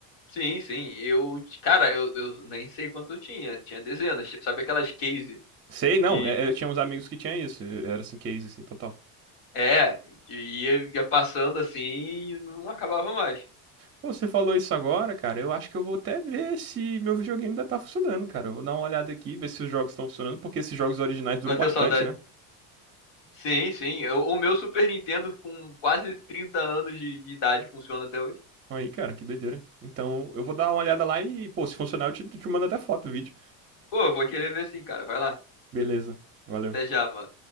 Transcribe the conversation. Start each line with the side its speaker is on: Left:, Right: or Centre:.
Left: Sim, sim. Eu, cara, eu, eu nem sei quanto eu tinha. Tinha dezenas. Sabe aquelas case
Right: Sei, não,
Left: que,
Right: é-
Left: que-
Right: eu tinha uns amigos que tinham isso. Era assim, case, assim, total.
Left: é, que ia, ia passando assim e não acabava mais.
Right: Pô, Você falou isso agora, cara. Eu acho que eu vou até ver se meu videogame ainda tá funcionando, cara. Eu vou dar uma olhada aqui, ver se os jogos estão funcionando, porque esses jogos originais duram
Left: Bateu
Right: bastante,
Left: saudade.
Right: né?
Left: Sim, sim. Eu- o meu Super Nintendo com quase 30 anos de, de idade funciona até hoje.
Right: Aí, cara, que doideira. Então, eu vou dar uma olhada lá e, pô, se funcionar, eu te, te mando até foto, vídeo.
Left: Pô, eu vou querer ver sim, cara. Vai lá.
Right: Beleza. Valeu.
Left: Até já, mano.